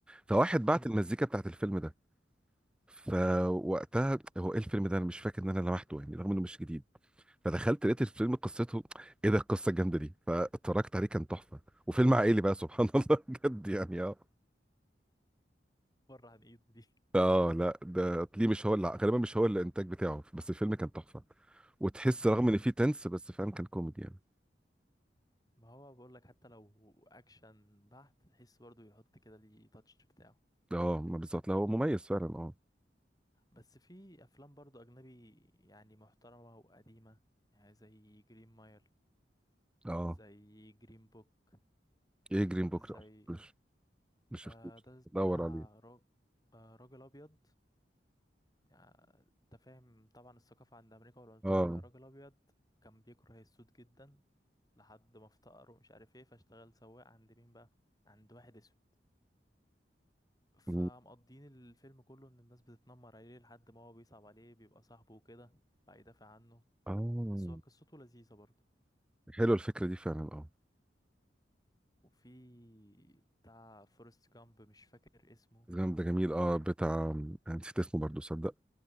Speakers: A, in the centre; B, on the left.
A: فواحد
B: مم.
A: بعت مم. المزيكا بتاعت الفيلم ده فوقتها هو ايه الفيلم ده انا مش فاكر ان انا لمحته يعني رغم انه مش جديد فدخلت لقيت الفيلم قصته ايه ده القصه الجامده دي فاتفرجت عليه كان تحفه وفيلم عائلي بقى سبحان <laughs> الله بجد يعني اه
B: بره عن إيده دي
A: اه لا ده ليه مش هو اللي غالبا مش هو الانتاج بتاعه بس الفيلم كان تحفه وتحس
B: مم.
A: رغم ان فيه تنس بس فعلا كان كوميدي يعني
B: ما هو بقول لك حتى لو اكشن بحت تحس برضه يحط كده ليه تاتش بتاعه
A: اه ما بالظبط لا هو مميز فعلا اه
B: بس في افلام برضه اجنبي يعني محترمة وقديمة يعني زي جرين ماير
A: اه
B: زي جرين بوك
A: ايه جرين بوك
B: زي
A: ده مش مش شفتوش
B: آه ده بتاع
A: دور عليه
B: راج... آه راجل ابيض يعني انت فاهم طبعا الثقافة عند امريكا والعنصرية
A: اه
B: وكده. راجل ابيض كان بيكره السود جدا لحد ما افتقر ومش عارف ايه فاشتغل سواق عند مين بقى عند واحد اسود فمقضيين
A: م-
B: الفيلم كله ان الناس بتتنمر عليه لحد ما هو بيصعب عليه بيبقى صاحبه وكده بقى يدافع عنه
A: اه
B: بس هو قصته لذيذة برضه
A: حلوه الفكره دي فعلا اه
B: وفي بتاع فورست جامب مش فاكر اسمه
A: جامد ده جميل اه بتاع أنا نسيت اسمه برضه صدق